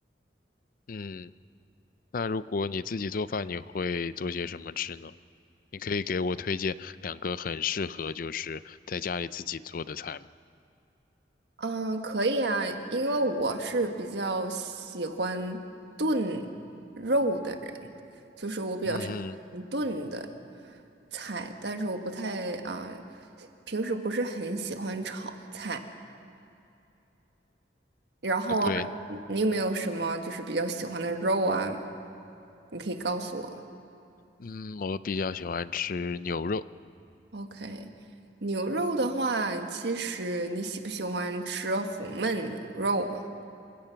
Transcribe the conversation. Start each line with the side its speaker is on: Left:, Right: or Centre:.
Left: 嗯，那如果你自己做饭，你会做些什么吃呢？你可以给我推荐两个很适合就是在家里自己做的菜吗？
Right: 嗯，可以啊，因为我是比较喜欢炖肉的人，就是我比较是
Left: 嗯哼，
Right: 炖的菜，但是我不太啊，平时不是很喜欢炒菜。然后啊你你有没有什么就是比较喜欢的肉啊？
Left: 呃，对，
Right: 你可以告诉我。
Left: 嗯，我比较喜欢吃牛肉，
Right: OK，牛肉的话，其实你喜不喜欢吃红焖牛肉啊？